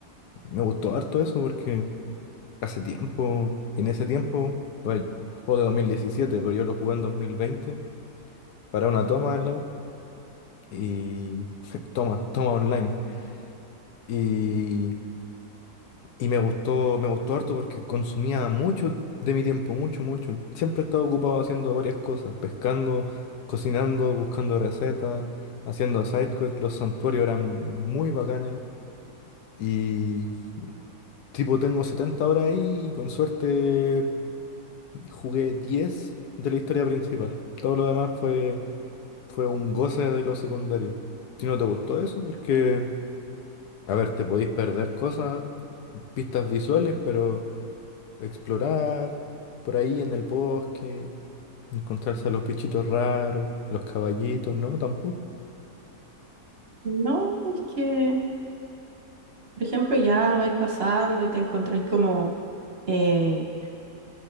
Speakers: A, on the left; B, on the right.
A: Me gustó harto eso porque hace tiempo, en ese tiempo, pues, el juego de 2017, pero yo lo jugué en 2020 para una toma en la U. Y <laughs> toma, toma online. Y Y me gustó, me gustó harto porque consumía mucho de mi tiempo, mucho, mucho. Siempre estaba ocupado haciendo varias cosas, pescando, cocinando, buscando recetas, haciendo side quests. Los santuarios eran muy bacanes. Y tipo, tengo 70 horas ahí y con suerte jugué 10 de la historia principal. Todo lo demás fue, fue un goce de los secundarios. ¿Y no te gustó eso? Porque, a ver, te podéis perder cosas, pistas visuales, pero... explorar por ahí en el bosque, encontrarse a los bichitos raros, a los caballitos, no, tampoco.
B: No, es que, por ejemplo, ya vais pasando y te encontráis como... eh,